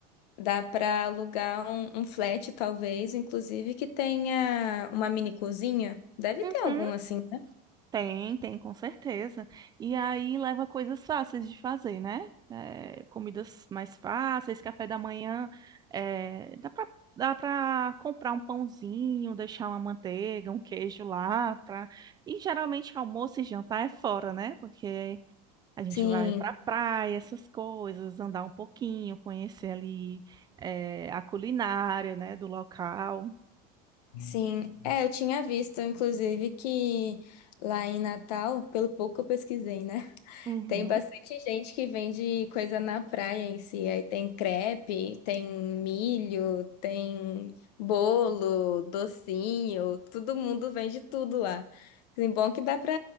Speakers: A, on the left; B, on the right.
A: Dá pra alugar um, um flat, talvez, inclusive, que tenha uma mini cozinha. Deve
B: Uhum,
A: ter algum assim, né?
B: Tem, tem, com certeza. E aí leva coisas fáceis de fazer, né? É, comidas mais fáceis, café da manhã, é, dá para dá para comprar um pãozinho, deixar uma manteiga, um queijo lá, pra... E geralmente almoço e jantar é fora, né? Porque a gente
A: Sim.
B: vai para praia, essas coisas, andar um pouquinho, conhecer ali é, a culinária, né, do local.
A: Sim, é, eu tinha visto, inclusive, que lá em Natal, pelo pouco que eu pesquisei, né? <laughs>
B: Uhum,
A: Tem bastante gente que vende coisa na praia em si. Aí tem crepe, tem milho, tem bolo, docinho, todo mundo vende tudo lá. Assim, bom que dá pra